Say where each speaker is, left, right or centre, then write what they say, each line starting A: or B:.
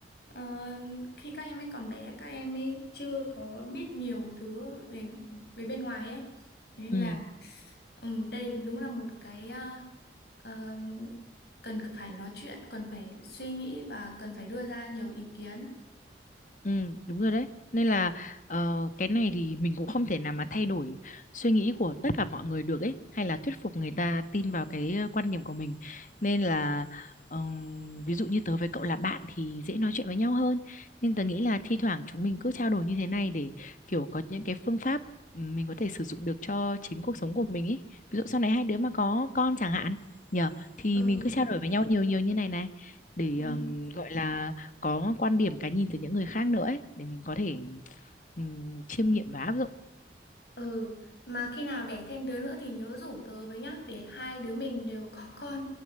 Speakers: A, on the left (about 65°); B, on the left (about 45°).
A: Ờ, khi các em ấy còn bé các em ấy chưa có biết nhiều thứ về về bên ngoài ấy Thế nên
B: ừ.
A: là ừm, đây đúng là một cái ờ, ờ, cần phải nói chuyện cần phải suy nghĩ và cần phải đưa ra nhiều ý kiến
B: Ừ, đúng rồi đấy. Nên là ờ, cái này thì mình cũng không thể nào mà thay đổi suy nghĩ của tất cả mọi người được ấy, hay là thuyết phục người ta tin vào cái ờ, quan điểm của mình. Nên là ờm, ví dụ như tớ với cậu là bạn thì dễ nói chuyện với nhau hơn. Nhưng tớ nghĩ là thi thoảng chúng mình cứ trao đổi như thế này để kiểu có những cái phương pháp ừ, mình có thể sử dụng được cho chính cuộc sống của mình ấy. Ví dụ sau này hai đứa mà có con chẳng hạn, nhờ thì
A: Ừ
B: mình cứ trao
A: đúng
B: đổi
A: rồi.
B: với nhau nhiều nhiều như này này để
A: Ừ.
B: ờm, gọi là có quan điểm cái nhìn từ những người khác nữa ấy, để mình có thể ừm, chiêm nghiệm và áp dụng
A: Ừ, mà khi nào đẻ thêm đứa nữa thì nhớ rủ tớ với nhá, để hai đứa mình đều có con